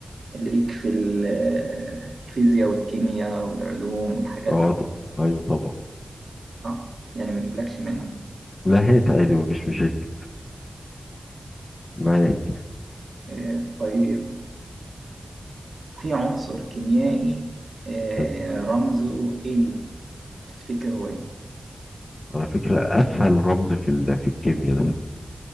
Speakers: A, on the right; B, on the left.
A: ليك في ال- الفيزياء والكيمياء والعلوم والحاجات
B: اه
A: دي
B: ط- ايوه طبعا
A: صح يعني ما جبلكش منها
B: لا هات عادي مفيش مشاكل معاك
A: آه، طيب في عنصر كيميائي آه،
B: تمام
A: رمزه AU تفتكر هو ايه
B: على فكرة اسهل رمز في ال... في الكيمياء ده